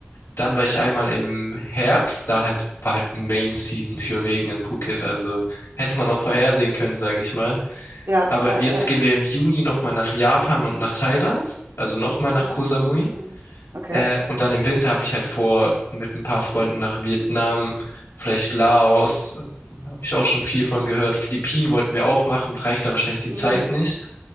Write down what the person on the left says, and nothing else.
Dann war ich einmal im Herbst, da halt, war halt Main Season für Regen in Phuket, also hätte man auch vorhersehen können, sage ich mal.
Aber
jetzt
gehen wir im Juni nochmal nach Japan und nach Thailand, also nochmal nach
Koh Samui.
Äh, und dann im Winter habe ich halt vor, mit ein paar Freunden nach Vietnam, vielleicht Laos, äh, habe ich auch schon viel von gehört. Philippinen wollten wir auch machen, reicht da wahrscheinlich die
Zeit nicht.